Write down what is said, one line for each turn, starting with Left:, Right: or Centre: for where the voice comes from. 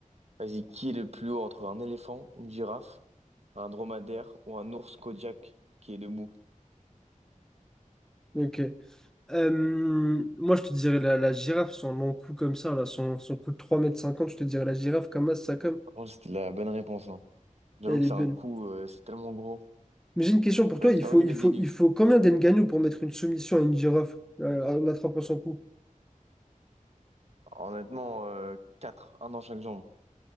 Right: Vas-y, qui est le plus haut entre un éléphant, une girafe, un dromadaire ou un ours Kodiak qui est debout?
Centre: Ok. Euh, moi, je te dirais la, la girafe, son long cou comme ça, là, son, son cou de trois mètres cinquante, je te dirais la girafe comme ça, comme.
Right: Franchement, c'était la bonne réponse, hein. J'avoue
Centre: Elle
Right: que
Centre: est
Right: c'est
Centre: belle.
Right: un coup, euh, c'est tellement gros.
Centre: Mais j'ai une question pour
Right: T'as
Centre: toi. Il
Right: t'as
Centre: faut,
Right: envie de
Centre: il
Right: lui mettre
Centre: faut,
Right: des nuques.
Centre: il faut combien d'engagnou pour mettre une soumission à une girafe euh, en attrapant son cou?
Right: Honnêtement, euh, quatre, un dans chaque jambe.